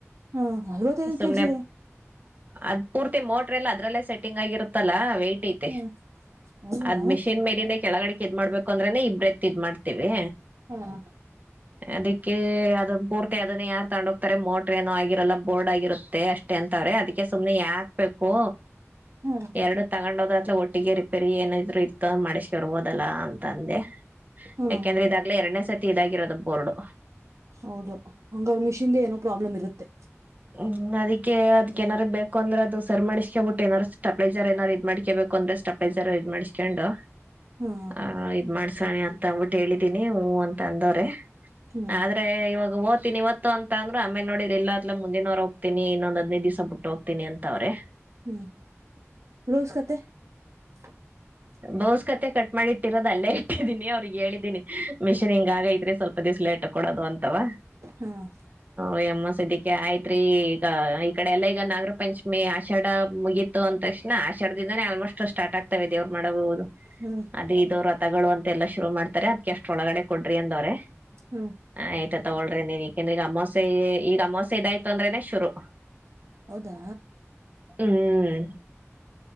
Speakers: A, on the right (about 75°); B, on the right (about 35°).
A: ಹ್ಮ್ ನಲ್ವತ್ತೈದು
B: ಸುಮ್ನೆ
A: ಕೆಜಿ
B: ಅ ಪೂರ್ತಿ ಮೋಟ್ರ ಎಲ್ಲ ಅದ್ರಲ್ಲೇ ಸೆಟ್ಟಿಂಗ್ ಆಗಿರುತ್ತಲ್ಲ ವೈಟ್ ಐತಿ.
A: ಹ್ಮ್ ಹೌದಾ
B: ಅದ್ ಮಿಷಿನ್ ಮೇಲಿಂದ ಕೆಳಗಡೆ ಇದ್ ಮಾಡ್ಬೇಕು ಅಂದ್ರನ ಇಬ್ರತ್ ಇದ್ ಮಾಡ್ತೀವಿ.
A: ಹ್ಮ್
B: ಅದಕ್ಕೆ ಅದು ಪೂರ್ತಿ ಅದನ್ನ ಯಾರ. ತಗೊಂಡ ಹೋಗ್ತಾರೆ ಮೋಟ್ರರ್ ಏನೋ ಆಗಿರಲ್ಲ ಬೋರ್ಡ್ ಆಗಿರುತ್ತೆ ಅಷ್ಟೇ ಅಂತವ್ರೆ ಅದಕ್ಕೆ ಸುಮ್ನೆ ಯಾಕ್ಬೇಕು.
A: ಹ್ಮ್
B: ಎರಡು ತಗೊಂಡ್ ಹೋದ್ರತ್ರ ಒಟ್ಟಿಗೆ ರಿಪೇರಿ ಏನಿದ್ರು ಇತ್ತು ಮಾಡಿಸಕ ಬರ್ಬೋದಲ್ಲಾ ಅಂತ ಅಂದೆ.
A: ಹ್ಮ್
B: ಯಾಕೆಂದ್ರೆ ಇದಾಗ್ಲೇ ಎರಡನೇ ಸತಿ ಇದಾಗಿರೋದು ಬೋರ್ಡು.
A: ಹೌದು ಹಂಗಂದ್ರ ಮಿಷಿನ್ ಏನೋ ಪ್ರಾಬ್ಲಮ್ ಇರುತ್ತೆ.
B: ಹ್ಮ್ ಅದಕ್ಕೆ ಅದ್ ಏನಾರು ಬೇಕ ಅಂದ್ರೆ ಅದು ಸ ಮಾಡ್ಕ ಬಿಟ್ಟು ಏನಾರ ಟಪೇಜರ್ ಏನಾರು ಇದ್ ಮಾಡ್ಕಬೇಕು ಅಂದ್ರೆ. ಅಷ್ಟಪ್ಪೈಜಾರ ಇದ್ ಮಾಡ್ಸ್ಕೊಂಡು.
A: ಹ್ಮ್
B: ಹ ಇದ್ ಮಾಡ್ಸಳಿ ಅಂತ ಅಂದಬಿಟ್ಟು ಹೇಳಿದ್ದೀನಿ ಹೂ ಅಂತ ಅಂದವ್ರೆ.
A: ಹ್ಮ್
B: ಆದ್ರೆ ಇವಾಗ ಓತೀನಿ ಇವತ್ತು ಅಂತ ಅಂದ್ರು ಆಮೇಲೆ ನೋಡಿರೆ ಇಲ್ಲ. ಇಲ್ಲ ಮುಂದಿನವ್ ಹೋಗ್ತೀನ ಇನೋಂದ್ ಹದಿನೈ ದಿವಸ ಬಿಟ್ಟ ಹೋಗ್ತಿನಿ ಅಂತವ್ರೆ.
A: ಹ್ಮ್ ಬ್ಲವ್ಸ್ ಕತೆ. <inaudible>
B: ಬೌಸ್ ಕತೆ ಕಟ್ ಮಾಡಿ ಇಟ್ಟಿರೋದ ಅಲ್ಲೇ ಇಟ್ಟಿದ್ದೀನಿ ಅವ್ರಿಗ್ ಹೇಳಿದ್ದಿನಿ ಮಿಷಿನ್ ಹಿಂಗಗೈ ಇದ್ರೆ ಸ್ವಲ್ಪ ದಿವ್ಸ. ಟ್ಟ ಕೊಡದು ಅಂತವ
A: ಹ್ಮ್
B: ಆಯಮ್ ಆಯ್ತ್ರಿ ಈಗ ಈ ಕಡೆ ಎಲ್ಲ ಈಗ ನಾಗರ ಪಂಚಮಿ ಆಷಾಢ ಮುಗಿತ್ ಅಂದ ತಕ್ಷಣ ಆಷರದಿಂದಾನೇ ಆಲ್ಮೋಸ್ಟ್ ಸ್ಟಾರ್ಟ್ ಆಗ್ತಾವವೆ ದೇವ್ರು ಮಾಡಬಹುದು
A: ಹ್ಮ್
B: ಅದೇ ಇದವ್ರ ಳ ತಗೊಳ್ಳುವ ಅಂತೆ ಎಲ್ಲಾ ಶುರು ಮಾಡ್ತಾರೆ ಅದ್ಕಷ್ಟ ಒಳಗಡೆ ಕೊಡ್ರಿ ಅಂದವ್ರೆ
A: ಹ್ಮ್
B: ಆಯ್ತಾ ತಗಳ್ರಿ ಅಂದಿನಿ. ಯಾಕೆಂದ್ರೆ ಈಗ ಅಮಾಸೆ ಈಗ ಅಮಾಸೆ ಇದಾಯ್ತು ಅಂದ್ರೆನೆ ಶುರು.
A: ಹೌದಾ
B: ಹ್ಮ್